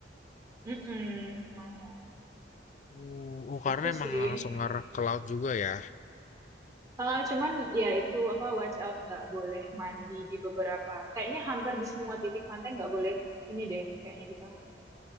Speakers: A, on the right (about 20°); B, on the left (about 40°).
A: Mm-mm, lumayan.
B: Uh, oh karena
A: Itu
B: emang
A: sih.
B: langsung ngarah ke laut juga ya.
A: Ah, cuman ya itu apa watch out nggak boleh mandi di beberapa. Kayaknya hampir di semua titik pantai nggak boleh ini deh. Kayaknya kita apa,